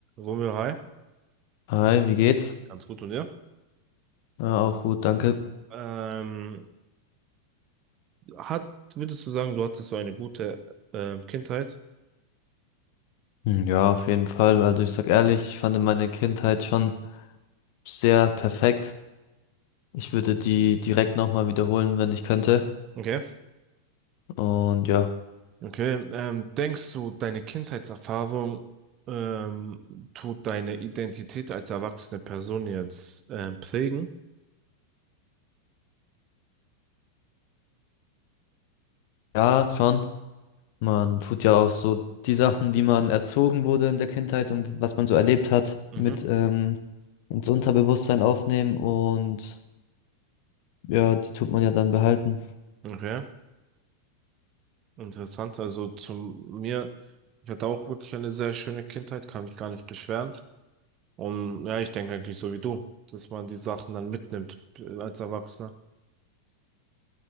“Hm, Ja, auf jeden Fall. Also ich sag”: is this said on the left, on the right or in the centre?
Left